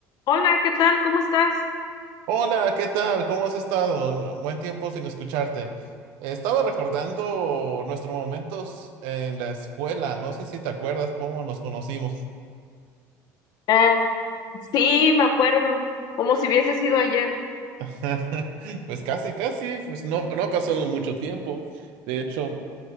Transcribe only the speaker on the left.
Hola, ¿qué tal? ¿Cómo estás?
Ah, sí, me acuerdo, como si hubiese sido ayer.